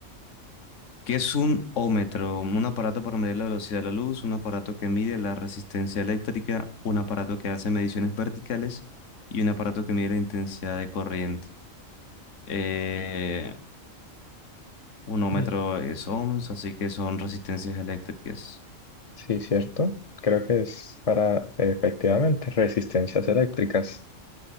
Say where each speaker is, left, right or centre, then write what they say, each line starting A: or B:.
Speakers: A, on the left; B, on the left.
A: ¿Qué es un ómetro? Un aparato para medir la velocidad de la luz, un aparato que mide la resistencia eléctrica, un aparato que hace mediciones verticales y un aparato que mide la intensidad de corriente. Eh, Unómetro
B: Mm,
A: es ohms, así que son resistencias eléctricas.
B: Sí, cierto. Creo que es para, efectivamente, resistencias eléctricas.